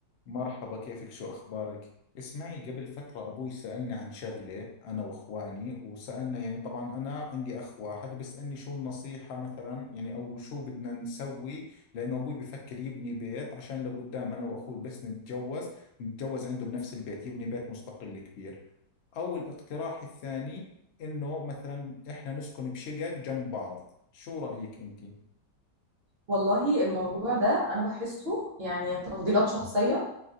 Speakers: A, on the left; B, on the right.
A: مرحبا كيفك شو أخبارك؟ اسمعي قبل فترة أبوي سألني عن شغلة أنا وإخواني وسألنا يعني طبعا أنا عندي أخ واحد وبسألني شو النصيحة مثلا يعني أو شو بدنا نسوي لأنه أبوي بفكر يبني بيت عشان لقدام أنا وأخوي بس نتجوز نتجوز عنده بنفس البيت يبني بيت مستقل كبير أو الاقتراح الثاني إنه مثلا إحنا نسكن بشقق جنب بعض شو رأيك أنت؟
B: والله الموضوع ده انا بحسه يعني تفضيلات شخصيه